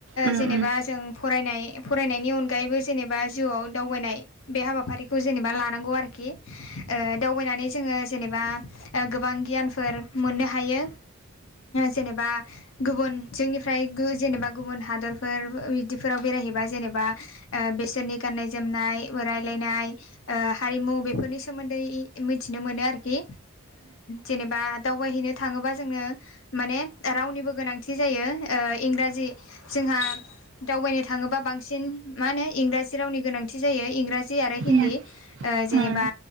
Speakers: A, on the right; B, on the left.
A: उम
B: जेनेबा
A: उम
B: जों फरायनाय फरायनायनि अनगायैबो जेनेबा जिउआव दावबायनाय बे हाबाफारिखौ जेनेबा लानांगौ आरोखि दावबायनानै जोङो जेनेबा गोबां गियानफोर मोननो हायो जेनेबा गुबुन जोंनिफ्राय जेनेबा गुबुन हादरफोर बिदिफोराव बेरायहैबा जेनेबा बेसोरनि गाननाय जोमनाय रायलायनाय हारिमु बेफोरनि सोमोन्दै मिथिनो मोनो आरोखि जेनेबा दावबायहैनो थाङोबा जोंनो माने रावनिबो गोनांथि जायो इंराजि जोंहा दावबायनो थाङोबा बांसिन मा होनो इंराजि रावनि गोनांथि जायो इंराजि आरो हिन्दी
A: उम
B: जेनेबा
A: उम